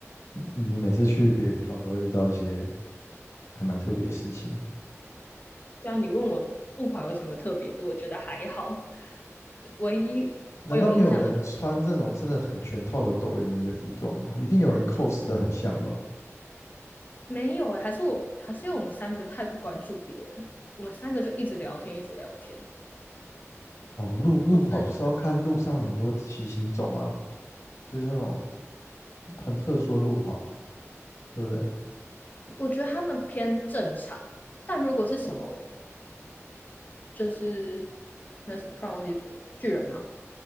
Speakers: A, on the left (about 65°); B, on the left (about 35°).
A: 嗯你每次去别的地方都会遇到一些还蛮特别的事情。
B: 对啊，你问我木牌有什么特别的，我觉得还好。唯一我有印象的就
A: 难道没有人穿这种真的很全套的哆瑞咪的服装吗？一定有人 cos 的很像吧？
B: 没有哎、还是我还是因为我们三个太不关注别人，我们三个就一直聊天，一直聊天。
A: 哦，路路跑就是要看路上的很多骑行种啊，
B: 我真的
A: 就是那种很特殊的路跑，对不对？
B: 我觉得他们偏正常，但如果是什么就是那什么突然忘记什么巨人吗？